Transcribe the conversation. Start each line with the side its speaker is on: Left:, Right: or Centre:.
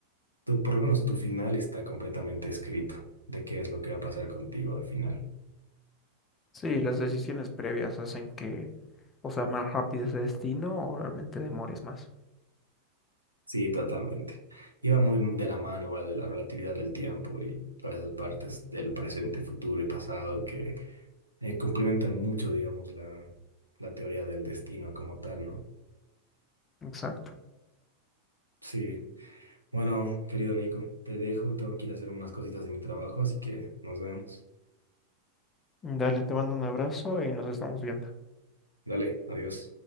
Right: tú, por lo menos tu final está completamente escrito de qué es lo que va a pasar contigo al final.
Left: Sí, las decisiones previas hacen que o sea, más rápido ese destino o realmente demores más.
Right: Sí, totalmente. Iba muy de la mano igual de la relatividad del tiempo y todas esas partes del presente, futuro y pasado que eh, complementan mucho, digamos, la, la teoría del destino como tal, ¿no?
Left: Exacto.
Right: Sí. Bueno, querido Nico, te dejo, tengo que ir a hacer unas cositas de mi trabajo, así que nos vemos.
Left: Dale, te mando un abrazo y nos estamos viendo.
Right: Dale, adiós.